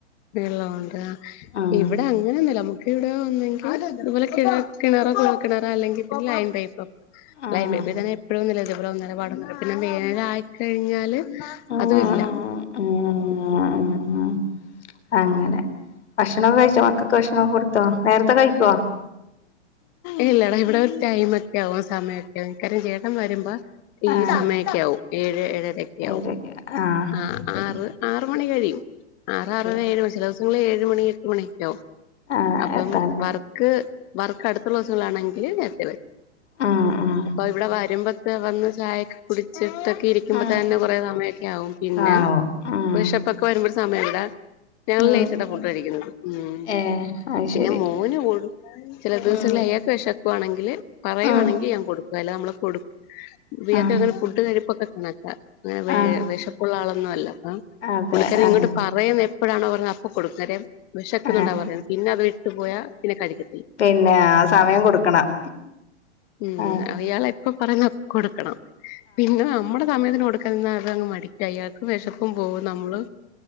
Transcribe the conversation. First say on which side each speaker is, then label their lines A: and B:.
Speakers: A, on the left (about 25°); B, on the left (about 75°).
A: വെള്ളം ഒണ്ട് അ
B: ഉം
A: ഇവിടെ അങ്ങനെ ഒന്നുല്ലാ നമുക്കിവിടെ ഒന്നെങ്കി ഇതുപോലെ കിണ കിണറൊ കൊഴൽകിണറ അല്ലെങ്കി പിന്നെ ലൈൻ പൈപ്പ്
B: ഉം
A: ലൈൻ പൈപ്പി തന്നെ എപ്പോഴുംന്നില്ല ഇതുപോലെന്ന ഒന്നര പിന്നെ വേനലായിക്കഴിഞ്ഞാല്
B: ആഹ്
A: അതു ഇല്ല
B: ആഹ് ആഹ് ആഹ് അങ്ങനെ ഭക്ഷണം ഒക്കെ കഴിച്ചോ മക്കക്ക് ഭക്ഷണം കൊടുത്തോ നേരത്തെ കഴിക്കോ
A: ഇല്ലടാ ഇവിടൊരു ടൈമൊക്കെ ആവും സമയൊക്കെ ആകും മിക്കറും കാര്യം ചേട്ടൻ വരുമ്പോ ഈ
B: ആഹ്
A: സമയമൊക്കെ ആവും ഏഴ് ഏഴ ട്ടരക്ക്‌
B: ഏഴരക്ക്
A: ആവും
B: ആഹ്
A: ആ
B: പിന്നെ
A: ആറ് ആറ് മണി കഴിയും ആറാറര
B: അതെ
A: ഏഴ് ചെലോ ങ്ങള് ഏഴ് മണി എട്ട് മണിക്കാവും
B: ആഹ്
A: അപ്പം
B: എത്താണ്
A: വർക്ക് വർക്ക് അടുത്തുള്ള ദിവസങ്ങളാണെങ്കില് നേരത്തെ വരും
B: ഉം
A: അപ്പൊ ഇവിടെ വരുമ്പോ വന്ന് ചായയൊക്കെ കുടിച്ചിട്ട് ക്കി ഇരിക്കുമ്പോ
B: ഉം
A: തന്നെ കുറേ സമയൊക്കെ ആകും പിന്നെ
B: ആവോ ഉം
A: വിശപ്പൊക്കെ വരുമ്പോരു സമയഇവ്ടെ ഞങ്ങള്
B: ഉം
A: ലേറ്റായിട്ടാ ഫുഡഴിക്കുന്നത് ഉം
B: ഏഹ് അത്
A: പിന്നെ
B: ശരി
A: മോന് കൊട് ചെല ദൂസങ്ങളിൽ
B: ഉം
A: <unintelligible> പോണെങ്കില്‌ പറയുവാണെങ്കി
B: ഉം
A: ഞാൻ കൊടുക്കും അല്ല നമ്മള് കൊടു ബേക്കറികളിൽ
B: ആഹ്
A: ഫുഡ് കഴിപ്പൊക്കെ ണക്ക വെ
B: ആഹ്
A: വെശപ്പുള്ള ആള ഒന്നു അല്ല ആ
B: അതെ
A: പുള്ളിക്കാരൻ
B: ആഹ്
A: ഇങ്ങോട്ട് പറയുന്ന എപ്പോഴാണോപറഞ്ഞ അപ്പൊ കൊടുക്കും കാര്യം വെശക്കുന്നുണ്ടാപറഞ്ഞ
B: ആഹ്
A: പിന്നെ അത് ട്ടു പോയാ പിന്നെ കഴിക്ക
B: പിന്നെ ആ സമയം കൊടുക്കണം
A: ഉം
B: ആ
A: അയാളെ എപ്പൊ പറയുന്ന അപ്പൊ കൊടുക്കണം പിന്നെ നമ്മുടെ സമയത്തിനോട് എന്നാ അത് അങ്ങ് മടിക്ക് അയാക്ക് വെശപ്പും പോവും നമ്മള്